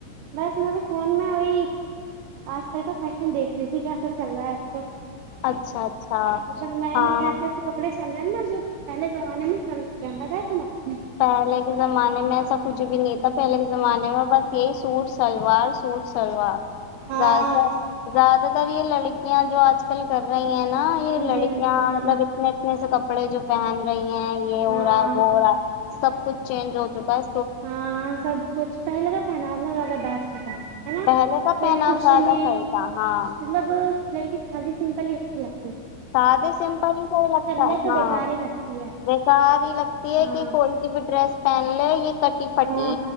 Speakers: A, on the right (about 80°); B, on the left (about 80°).
A: بس میںطلب فون میں وہی آج کل کا فیشن دیکھ رہی تھی کیسا چل رہا ہے آپ کا
B: اچھا اچھا
A: مطب نئے
B: ہاں
A: نئے ایسے ایسے کپڑے چل نا جو پہے زمانے میں چل چکے ہیں بتا ہے تمہارے
B: پہلے کے زمانے میں ایسا کچھ بھی نہیں تھا پہلے کے زمانے میں بس یہی سوٹس سلوار سوٹ سلوار
A: ہاں
B: ز ز زیادہ تر یہ لڑکیاں جو آج کل کر رہی ہیں نا یہ
A: ہاں
B: لڑکیاں
A: جی ہاں
B: مطلب اتنے اتنے سے ک کپڑے جو پہن رہی ہیں یہ یہ اورا
A: ہاں
B: گوورا سب کچھ چینج ہو چکا ہے
A: ہاں سب کچھ پہلے کا پہناؤ ن زیادہ بیسٹ ہوتا ہے ہے نا
B: پہلے کا
A: کوئی
B: پہناؤ
A: کچھ
B: زیادہ
A: نہیں
B: صحیح تھا ہاں
A: مطلب لڑکی ساددی سمپل ہی اچھی ہے
B: سادے سمپل ہی صحی لگتا
A: لے
B: ہے
A: تو
B: ہاں
A: بیکار ہی لگتی ہے
B: بیکار ہی لگتی ہے
A: ہاں
B: کہ کوئی سی بھی ڈریس پہلے یہ کٹی پھٹی
A: ہاں